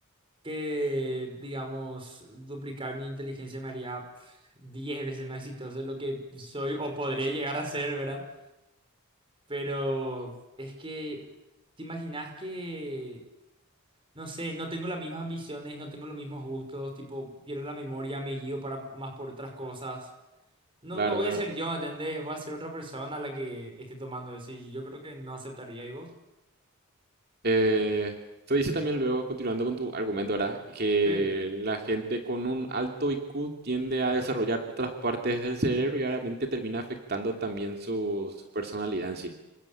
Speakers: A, on the right (about 25°); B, on the right (about 45°).
A: que, digamos, duplicar mi inteligencia me haría pf, 10 veces más exitoso de lo que soy o podré llegar a ser, ¿verdad? Pero es que, ¿te imaginas que, no sé, no tengo las mismas ambiciones, no tengo los mismos gustos, tipo, pierdo la memoria, me guío para, más por otras cosas? No,
B: claro,
A: no voy
B: claro.
A: a ser yo, ¿entendés? Voy a ser otra persona a la que esté tomando eso. Y yo creo que no aceptaría. ¿Y vos?
B: Eh, se dice también luego, continuando con tu argumento, ¿verdad? Que
A: Sí,
B: la gente con un alto IQ tiende a desarrollar otras partes del cerebro y obviamente termina afectando también su, su personalidad en sí.